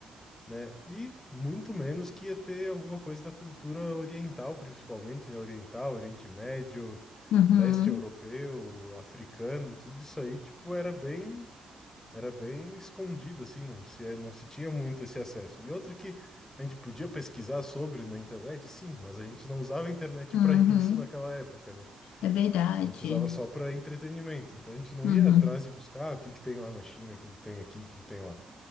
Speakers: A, on the left; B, on the left.
A: né? E muito menos que ia ter alguma coisa da cultura oriental, principalmente, né? Oriental, Oriente Médio,
B: uhum,
A: leste europeu, africano, tudo isso aí, tipo, era bem. Era bem escondido, assim, não se, é, não se tinha muito esse acesso. E outra que a gente podia pesquisar sobre na internet, sim, mas a gente não usava a internet
B: uhum.
A: para <laughs> isso naquela época, né?
B: É verdade.
A: A gente usava só para entretenimento. Então a gente não
B: Uhum.
A: ia atrás de buscar ah, o que que tem lá na China, o que que tem aqui, o que que tem lá.